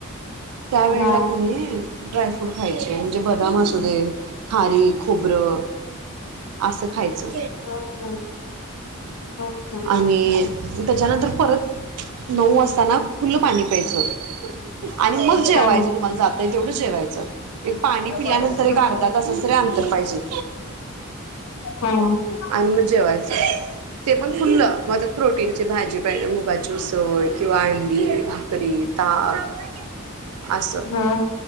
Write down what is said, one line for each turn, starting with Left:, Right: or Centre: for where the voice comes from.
Right: त्यावेेळेला
Left: हा
Right: कनी ड्रायफ्रूट खायचे म्हणजे बदाम असू दे खारी, खोबरं असं खायचं.
Left: हा हा हा.
Right: आणि त्याच्यानंतर परत नऊ वाजता ना. फुल्लं पाणी प्यायचं. आणि मग जेवायचं
Left: हा
Right: तुम्हाला जातय तेवढं जेवायचं. एक पाणी पिल्यानंतर
Left: हा
Right: एक अर्धा तासाच तरी अंतर पाहिजे.
Left: हम्म. ह.
Right: आणि <unintelligible> ते पण फुल्लं माझ्यात प्रोटीनची भाजी पाहिजे. मुगाची उसळ किंवा अंडी, भाकरी ताप अस
Left: हा